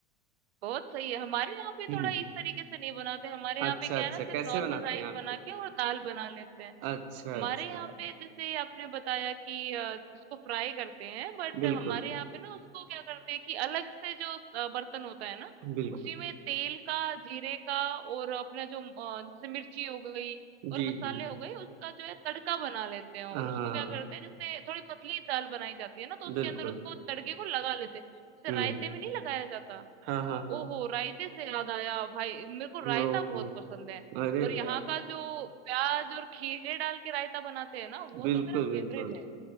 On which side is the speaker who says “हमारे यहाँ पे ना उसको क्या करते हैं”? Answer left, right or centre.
Right